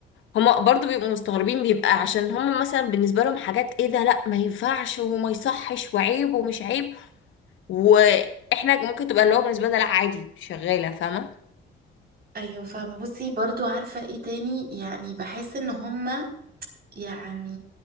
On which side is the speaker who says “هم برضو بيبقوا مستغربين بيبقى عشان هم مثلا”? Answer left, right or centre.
Left